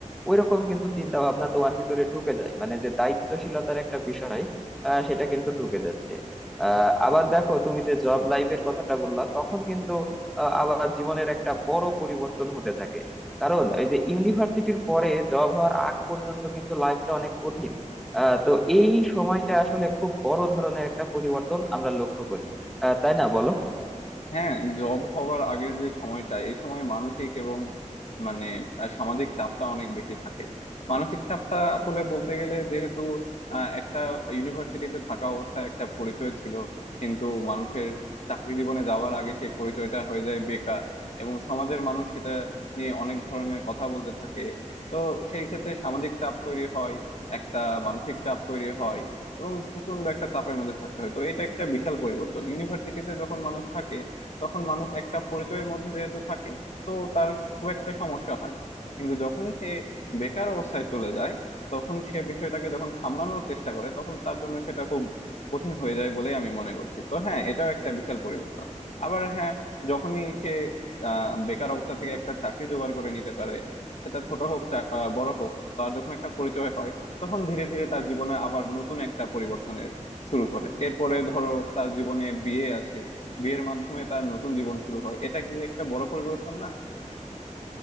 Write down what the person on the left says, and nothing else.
হ্যাঁ জব হওয়ার আগের যে সময়টা এই সময় মানসিক এবং মানে আহ, সামাজিক চাপটা অনেক বেশি থাকে মানসিক চাপটা আসলে বলতে গেলে যেহেতু আহ, একটা ইউনিভার্সিটিতে থাকা অবস্থায় একটা পরিচয় ছিল কিন্তু মানুষের চাকরি জীবনে যাওয়ার আগে সেই পরিচয়টা হয়ে যায় বেকার এবং সমাজের মানুষ সেটা নিয়ে অনেক ধরনের কথা বলতে থাকে তো সেই ক্ষেত্রে সামাজিক চাপ তৈরি হয় একটা মানসিক চাপ তৈরি হয় এবং প্রচন্ড একটা চাপের মধ্যে থাকতে হয় তো এটা একটা বিশাল পরিবর্তন ইউনিভার্সিটিতে যখন মানুষ থাকে তখন মানুষ একটা পরিচয়ের মধ্যে যেহেতু থাকে তো তার খুব একটা সমস্যা হয় না কিন্তু যখনই সে বেকার অবস্থায় চলে যায় তখন সে বিষয়টাকে যখন সামলানোর চেষ্টা করে তখন তার জন্য সেটা খুব কঠিন হয়ে যায় বলেই আমি মনে করছি তো হ্যাঁ এটাও একটা বিশাল পরিবর্তন আবার হ্যাঁ যখনই সে আহ বেকার অবস্থা থেকে একটা চাকরি জোগাড় করে নিতে পারে সেটা ছোট হোক চা- আহ, বড় হোক তার যখন একটা পরিচয় হয় তখন ধীরে ধীরে তার জীবনে আবার নতুন একটা পরিবর্তনের শুরু করে এরপরে ধরো তার জীবনে বিয়ে আসে বিয়ের মাধ্যমে তার নতুন জীবন শুরু হয় এটা কি একটা বড় পরিবর্তন না